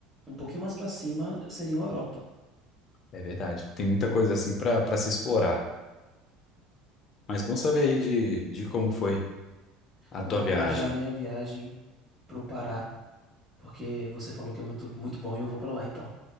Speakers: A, in the centre; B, on the left (about 40°).
A: um pouquinho mais pra cima, seria uma Europa.
B: é verdade. Tem muita coisa assim para para se explorar. Mas bom saber aí de, de como foi a
A: Eu
B: tua
A: vou
B: viagem.
A: planejar a minha viagem pro Pará, porque você falou que é muito, muito bom e eu vou pra lá, então.